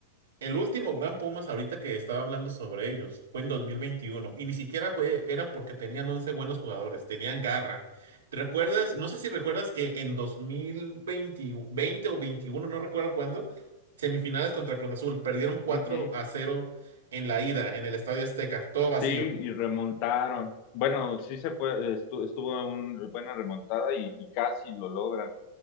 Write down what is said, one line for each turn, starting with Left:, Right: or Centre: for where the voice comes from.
Right: el último Gran Pumas, ahorita que estaba hablando sobre ellos, fue en dos mil veintiuno Y ni siquiera fue, era porque tenían 11 buenos jugadores. Tenían garra. ¿Te recuerdas? No sé si recuerdas que en 2020, 20 o 21 no recuerdo cuándo, semifinales contra Cruz Azul. Perdieron cuatro
Left: Ujú.
Right: a cero en la ida, en el Estadio Azteca. Todo vacío.
Left: Sí, y remontaron. Bueno, sí se fue, estu- estuvo una buena remontada y, y casi lo logran.